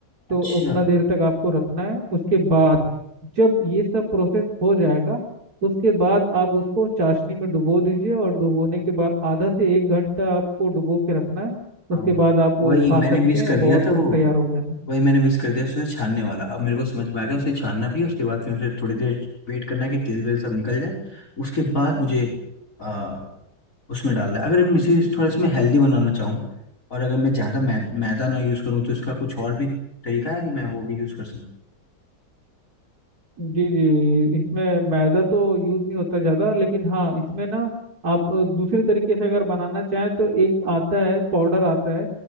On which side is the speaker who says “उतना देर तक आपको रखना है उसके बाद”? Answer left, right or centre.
Right